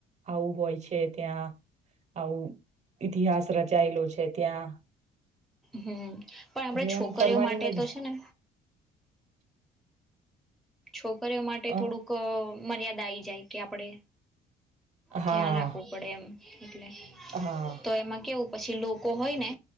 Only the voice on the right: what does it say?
આવું હોય છે ત્યાં આવું ઈતિહાસ રચાયેલો છે ત્યાં
એટલે
એમ ફરવાની
મજા
અ
હા
હા